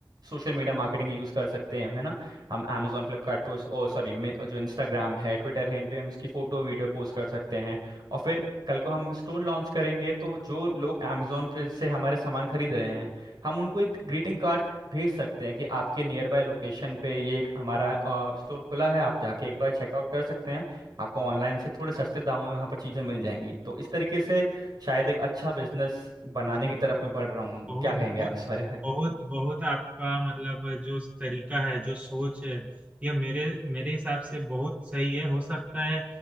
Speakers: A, on the right; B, on the right.
A: सोशल मीडिया मार्केटिंग यूज़ कर सकते हैं हम है ना हम Amazon फ्लिपकार्ट पे और सॉरी जो इंस्टाग्राम है ट्विटर है इन पे हम इसकी फ़ोटो वीडियो पोस्ट कर सकते हैं और फिर कल को हम स्टोर लॉन्च करेंगे तो जो लोग Amazon पे से हमारे सामान खरीद रहे हैं हम उनको एक ग्रीटिंग कार्ड भेज सकते हैं कि आपके नियर बाय लोकेशन पे ये एक हमारा स्टोर खुला है आप जाके एक बार चेकआउट कर सकते हैं आपको ऑनलाइन से थोड़े सस्ते दामों में वहाँ पर चीज़ें मिल जाएंगी तो इस तरीके से शायद एक अच्छा बिजनेस बनाने
B: जी जी
A: की तरफ मैं
B: जी
A: बढ़ रहा हूँ
B: बहुत
A: क्या कहेंगे
B: बहुत
A: आप इस बारे में
B: बहुत बहुत आपका मतलब जो तरीका है जो सोच है यह मेरे मेरे हिसाब से बहुत सही है हो सकता है